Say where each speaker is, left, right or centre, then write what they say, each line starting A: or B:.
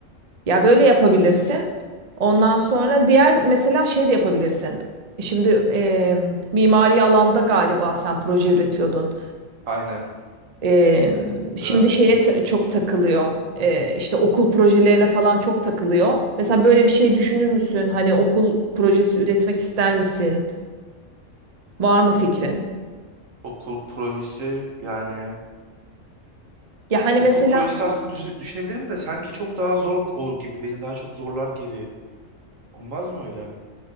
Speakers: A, on the right; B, on the right.
A: Ya böyle yapabilirsin. Ondan sonra diğer mesela şey de yapabilirsin. Şimdi e, mimari alanda galiba sen proje üretiyordun.
B: Aynen.
A: E, şimdi
B: Birazcık
A: şeye
B: mimari
A: t- çok
B: olacak.
A: takılıyor. E, işte okul projelerine falan çok takılıyor. Mesela böyle bir şey düşünür müsün? Hani okul projesi üretmek ister misin? Var mı fikrin?
B: Okul projesi yani
A: Ya hani
B: Okul
A: mesela
B: projesi aslında düz- düşünebilirim de sanki çok daha zor olur gibi. Beni daha çok zorlar gibi. Olmaz mı öyle?